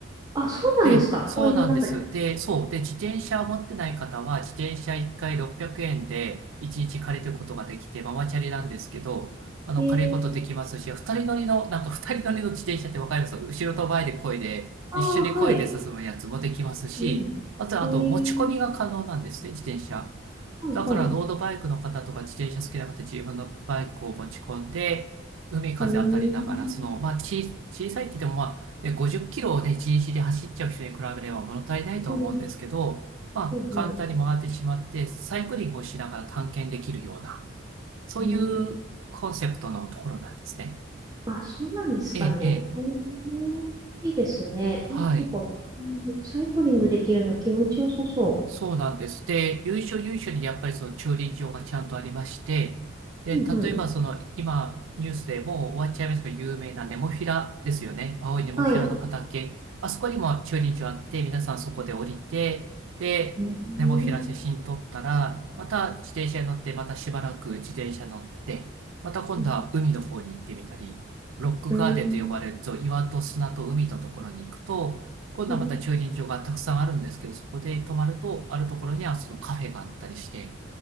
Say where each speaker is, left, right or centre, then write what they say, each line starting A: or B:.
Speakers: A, on the right (about 20°); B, on the right (about 80°).
A: あ、そうなんですか。
B: で、そうなんです。
A: 公園の中に。
B: で、そう。で、自転車を持ってない方は、自転車1回600円で1日借りることができて、ママチャリなんですけど、あの、
A: えー、
B: 借りることできますし、二人乗りの、なんか二人乗りの自転車ってわかります後ろと前で漕いで、
A: ああ、
B: 一緒に漕いで進むやつもできますし、
A: はい。うん。
B: あと、
A: えー、
B: あと、持ち込みが可能なんですね、自転車。
A: はい、
B: だからロードバイクの方とか自転車好きな方自分のバイクを持ち込んで、
A: はい。
B: 海風当たりながら、
A: うーん。
B: その、まあ、ち、小さいって言っても、まあ、ね、50キロをね、一日で走っちゃう人に比べれば物足りないと思うんですけど、
A: うん
B: まあ、
A: うんう
B: 簡単に回ってしまって、サイクリングをしながら探検できるような、そういうコンセプトのところなんですね。
A: ん。うん。あ、そうなんですかね。
B: ええ、ええ、
A: うん、いいですね。
B: はい。
A: なんか、うんサイクリングできるの気持ちよさそ
B: そうなんです。で、由緒由緒にやっぱりその駐輪場がちゃんとありまして、で、
A: う。うんうん。
B: 例えばその今ニュースでもう終わっちゃいますけど、有名なネモフィラですよね。青いネモフィラの畑。
A: はい。
B: あそこにも駐輪場あって、皆さんそこで降りて、で、
A: うん。
B: ネモフィラ写真撮ったら、また自転車に乗って、またしばらく自転車乗って、また今度は海の方に行ってみたり、
A: う
B: ロックガーデンと呼ばれると、
A: ん。
B: 岩と砂と海のところに行くと、今度はまた駐輪場がたくさんあるんですけど、
A: うん
B: そこで泊まると、あるところにはそのカフェがあったりして、